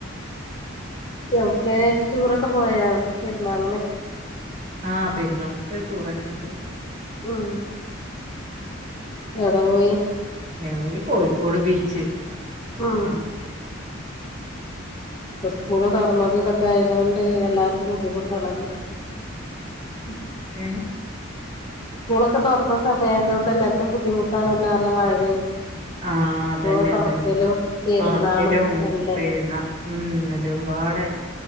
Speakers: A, on the left; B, on the right.
A: എവിടക്കെ ടൂറൊക്കെ പോയോ പെരുന്നാളിന്
B: ആ പെരുന്നാൾക്ക് ടൂർ ഒക്കെ പോയി
A: ഉം എവിടെ പോയി
B: ഞങ്ങളീ കോഴിക്കോട് ബീച്ച്
A: ആ
B: അൽ
A: ഇപ്പം സ്കൂൾ തെറന്നത് ഇതൊക്കെ ആയതു കൊണ്ട് എല്ലാർക്കും ബുദ്ധിമുട്ടാണല്ലോ ഉം
B: ഏ
A: സ്കൂളൊക്കെ തോറന്ന സമയ ആയതു കൊണ്ട് എല്ലാർക്കും ബുദ്ധിമുട്ടാണ് അല്ലേ മഴയും
B: ആ
A: സ്കൂള്
B: അതന്നെ
A: തുറക്കലും
B: അതന്നെ
A: പെരുന്നാളും
B: തൊറക്കലും
A: എല്ലതും
B: പെരുന്നാളും ഉം നെലും പാടെ